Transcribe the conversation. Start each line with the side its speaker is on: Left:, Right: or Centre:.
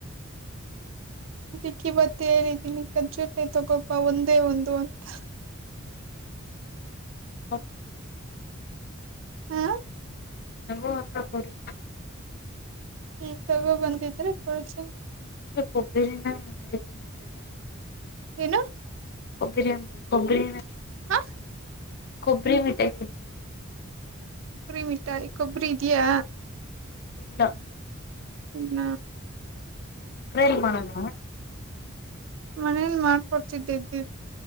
Right: ಡಿಿಕ್ಕಿ ಬತ್ತಿ ಹೇಳೇಿದ್ದೀನಿ ಕಜ್ಜುಪೈ ತಗೋಬಾ ಒಂದೇ ಒಂದು ಅಂತ
Left: ನ ಸಸ ಮಾಟ್ಟೀ
Right: ಹ
Left: ಹನಗೋ ಅಂತ ಕೊರಿ
Right: ಹ್ಮ್ ತಗೊ ಬಂದಿದ್ರೆ ಕೊಜಿ
Left: ಕೊಬಲಿಂಗ ಮಟತಿ ನ ಬ ಬ
Right: ಹನಾ
Left: ಕೊಬ್ಬರಿ ಕೊಬ್ಬರಿ
Right: ಹ
Left: ಕೊಬ್ಬರಿ ಮಿಠ ತಿ
Right: ಕುರಿಮಟ್ಟಾ ಕೊಬ್ರಯಾ
Left: ಇಲ್ಲ
Right: ಹೌದ
Left: ಸಕ್ಕರೆೆಯಲ್ಲಿ ಪಣದ
Right: ಮನೇಲಿ ಮಾಡ್ಕೊಡ್ತಿದ್ದಿದ್ದ